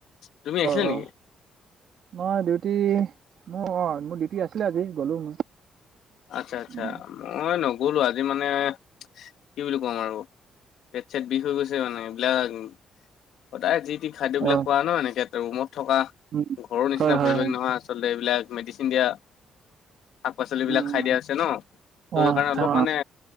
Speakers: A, on the left (about 75°); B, on the right (about 65°).
A: তুমি আহিছিলা
B: অ, অ,
A: নেকি?
B: মই ডিউটি মোৰ অ, মোৰ ডিউটি আছিলে আজি গলোঁ মই।
A: আচ্ছা, আচ্ছা
B: উম।
A: মই নগ'লো আজি মানে কি বুলি কম আৰু পেট চেট বিষ হৈ গৈছে মানে, এইবিলাক। সদাই যি টি খাদ্যবিলাক
B: অ
A: খোৱা ন, এনেকে ৰুমত থকা
B: উম
A: ঘৰৰ নিচিনা
B: হয় হয়
A: পৰিৱেশ
B: হয়
A: নহয় আছ আলতে এইবিলাক মেডিচিন দিয়া, শাক-পাচলিব
B: উম
A: বিলাক। খাই দিয়া আছে ন, ত,
B: অ
A: সেইকাৰণে অলপ
B: অ
A: মানে